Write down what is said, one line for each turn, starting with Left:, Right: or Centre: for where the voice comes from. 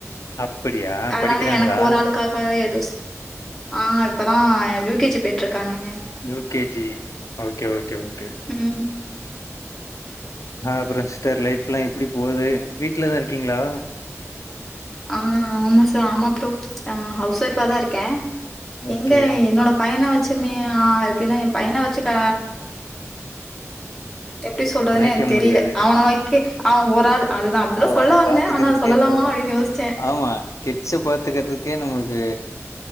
Left: அப்படியா
Centre: அனால
Left: படிக்கிறாங்களா
Centre: எனக்கொரு ஆளுக்காக எதோஸ் ஆ அக் இப்பதா யூகேஜி பொய்ட்ருக்காங்கங்க
Left: யூகேஜி ஓக்கே ஓக்கே ஓக்கே
Centre: உம்
Left: ஆப்றொ சிஸ்டர் லைஃப்லா எப்டி போகுது வீட்லதா இருக்கீங்ளா
Centre: ஆ ஆமா சா ஆமா ப்ரோ ஆ ஹவுஸ் ஒய்ஃபா தா இருக்கே
Left: ஓகே
Centre: எங்க என்னோடப் பையன வெச்சுக்குனு ஆ‌ எப்டினா எயா பையன வெச்சுக்க எப்டி சொல்றதுன்னே
Left: நெனைக்க
Centre: எனக் தெரில
Left: முடியாது
Centre: அவன வெக்கி அவே ஒரு ஆள் அதுதா அப்டிதா
Left: அவன
Centre: சொல்ல வந்தே
Left: பாத்துக்கிறதுக்கே
Centre: ஆனா அது சொல்லலாமா
Left: போது
Centre: அப்டின்னு யோஸ்
Left: ஆமா கிட்ஸ் பாத் பாத்துக்றதுக்கே நமக்கு